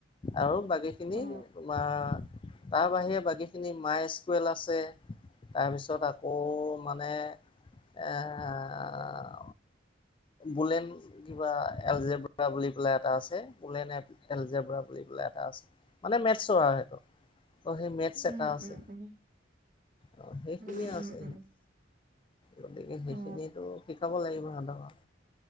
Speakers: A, on the left; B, on the right.
A: আৰু বাকী খিনি
B: অ
A: তোমাৰ তাৰ বাহিৰে বাকীখিনি মাই স্কুৱেল আছে। তাৰপিছত আকৌ মানে এ আ বোলেন কিবা এলজেব্ৰা বুলি পেলাই এটা আছে। বোলেন এলজেব্ৰা বুলি পেলাই এটা আছে। মানে মেথছটো আৰু সেইটো। অ সেই মেথছ
B: উম
A: এটা আছে।
B: উম উম
A: অ সেইখিনিয়ে
B: উম উম
A: আছে।
B: উম
A: গতিকে সেইখিনিতো
B: অ
A: শিকাব লাগিব সিহঁতক।